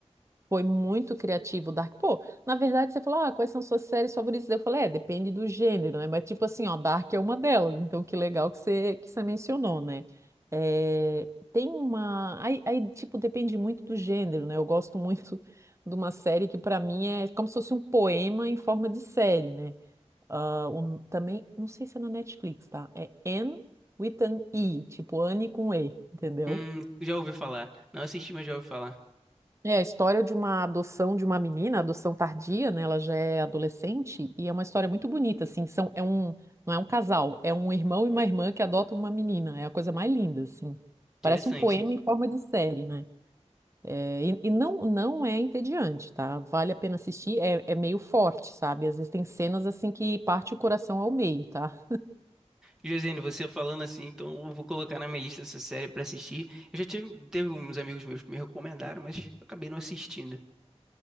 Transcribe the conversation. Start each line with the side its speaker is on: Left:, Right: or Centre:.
Right: Foi muito criativo o Dark. Pô, na verdade você falou, ah, quais são suas séries favoritas? Eu falei, é, depende do gênero, né? Mas tipo assim, ó, Dark é uma delas. Então que legal que você, que você mencionou, né? É, tem uma... Aí, aí, tipo, depende muito do gênero, né? Eu gosto muito <laughs> de uma série que pra mim é como se fosse um poema em forma de série, né? Ah, o- também, não sei se é na Netflix, tá? É Anne with an E, tipo Anne com E, entendeu?
Centre: Hum, já ouvi falar. Não assisti, mas já ouvi falar.
Right: É a história de uma adoção de uma menina, adoção tardia, né? Ela já é adolescente e é uma história muito bonita, assim. São, é um, não é um casal, é um irmão e uma irmã que adotam uma menina. É a coisa mais linda, assim.
Centre: Interessante.
Right: Parece um poema em forma de série, né? É, e, e não, não é entediante, tá? Vale a pena assistir. É, é meio forte, sabe? Às vezes tem cenas assim que parte o coração ao meio, tá?
Centre: Josiane, você falando assim, então eu vou colocar na minha lista essa série pra assistir. Eu já tive, teve uns amigos meus que me recomendaram, mas eu acabei não assistindo.